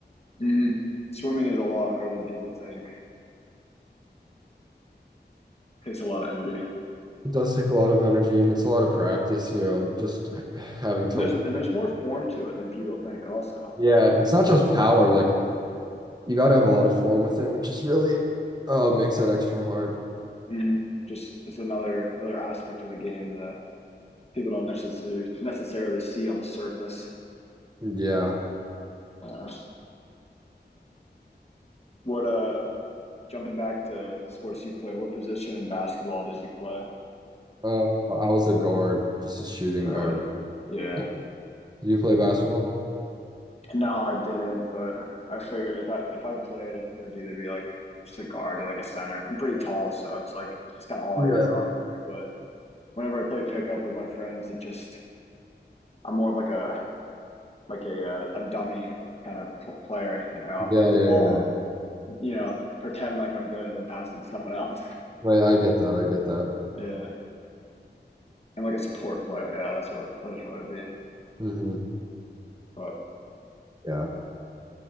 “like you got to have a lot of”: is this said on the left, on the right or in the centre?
Right